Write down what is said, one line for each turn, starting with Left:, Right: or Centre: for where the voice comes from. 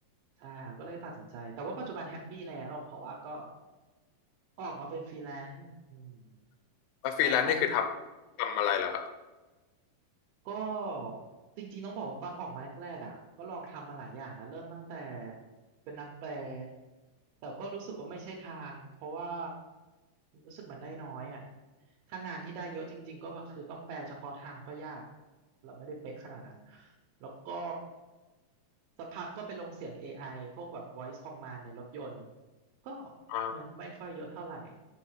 Right: ใช่ครับก็เลยตัดสินใจแต่ว่าปัจจุบันแฮปปี้แล้วเพราะว่าก็ออกมาเป็นฟรีแลนซ์อืม
Left: แล้วฟรีแลนซ์นี่คือทำทำอะไรเหรอครับ
Right: ค่อนข้างก็จริงๆต้องบอกว่าตอนออกมาแรกๆอ่ะก็ลองทำมาหลายอย่างนะเริ่มตั้งแต่เป็นนักแปลแต่ก็รู้สึกว่าไม่ใช่ทางเพราะว่ารู้สึกมันได้น้อยอ่ะถ้างานที่ได้เยอะจริงๆก็คือต้องแปลเฉพาะทางก็ยากเราไม่ได้เป๊ะขนาดนั้นแล้วก็สักพักก็ไปลงเสียง a อไอพวกแบบ voice command ในรถยนต์ ก็
Left: อา
Right: เงินไม่ค่อยเยอะเท่าไหร่